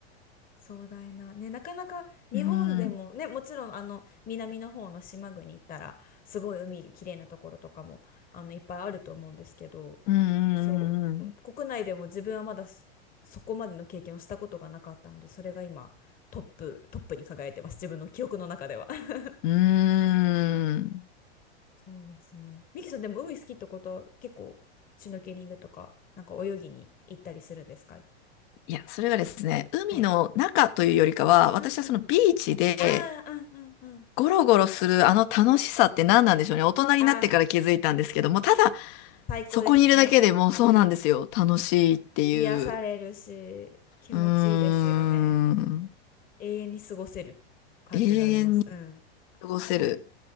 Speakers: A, on the left (about 25°); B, on the left (about 50°).
A: 壮大な、ね、なかなか日本でも、
B: うん。
A: ね、もちろんあの南の方の島国行ったらすごい海きれいなところとかもあのいっぱいあると思うんですけど
B: うんうん
A: そう国内でも自分はまだそ、そこまでの経験をしたことがなかったのでそれが今トップ、トップに輝いてます自分の記憶の中では <laughs>
B: うんうん。うーん。
A: そうですね。ミキさんでも海好きってことは結構シュノーケリングとかなんか泳ぎに行ったりするんですか
B: いや、それがですね、海の中というよりかは、
A: はい。
B: 私はそのビーチで
A: うんうん。ああ、うんうんうん。
B: ゴロゴロするあの楽しさって何なんでしょうね。大人になってから気づいたんですけども、
A: ああ、
B: ただ
A: 最高ですよね。
B: そこにいるだけでもうそうなんですよ。
A: うん。
B: 楽しいっていう。
A: 癒されるし、気持ちいいですよね。
B: うーん。
A: 永遠に過ごせる感じがあります。
B: 永遠に
A: うん。
B: 過ごせる、